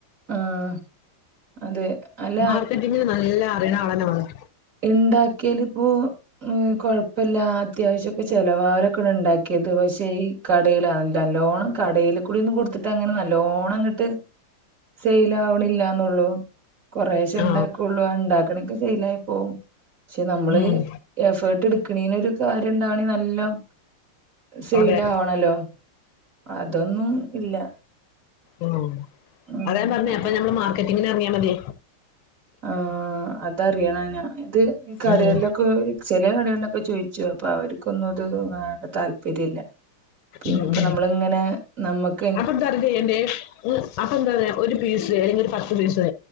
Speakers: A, on the right; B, on the left.
A: ആഹ് അതെ അല്ല
B: മാർക്കെറ്റിങ്ങ് ന്നല്ല അറിയണ ആളെന്നെവാണം
A: ഇണ്ടാക്കിയൽ ഇപ്പോ ഹ് കൊഴപ്പല്ല അത്യാവശ്യക്കെ ചെലവാല് ഒക്കെണ് ഇണ്ടാക്കിയത് പശേ ഈ കടലോ ന്നല്ലോണം കടെയ്ൽ കൂടെന്ന് കൊടുത്തിട്ട് അങ്ങനെ ന്നല്ലോണംഅങ്ങട്ട് സെയിലാവ്ണില്ലന്നൊള്ളൂ കൊറെഷെ
B: ആ
A: ഇണ്ടാക്കുള്ളു ഇണ്ടാക്ക്ണൊക്കെ സെയിലായി ഷെ ന്നമ്മള്
B: ഉം.
A: എഫേർട്ട് എടുക്കണീന് കാര്യ ഇണ്ടാണെ ന്നല്ലോം സെയ്ലാവണല്ലോ
B: അതെ
A: അതൊന്നും ഇല്ല
B: ആഹ്
A: ഉം
B: അതാ ഞാൻ പറഞ്ഞെ
A: അത്
B: അപ്പൊ ഞമ്മള് മാർക്കറ്റിങ്ങിന് അർങ്ങിയാൽ മതി.
A: ആഹ് അതറിയണം അയ്ന് ഇത് ഈ കടകളിലൊക്കെ
B: ഉം
A: ചെലെകടകളിലൊക്കെ ഇപ്പ ചോയ്ച്ചു അപ്പൊ അവർക്കൊന്നും അത് വേണ്ടതാല്പര്യല്ല പിന്നെപ്പോ
B: ഉം ഉം
A: ന്നമ്മളിങ്ങനെ ന്നമ്മക്ക്
B: അപ്പൊ എന്താറിയോ ചെയ്യണ്ടെ ഹ് അപ്പൊ എന്താറിയോ ഒരു പീസ് അല്ലെങ്കിൽഒരു പത്ത്പീസ്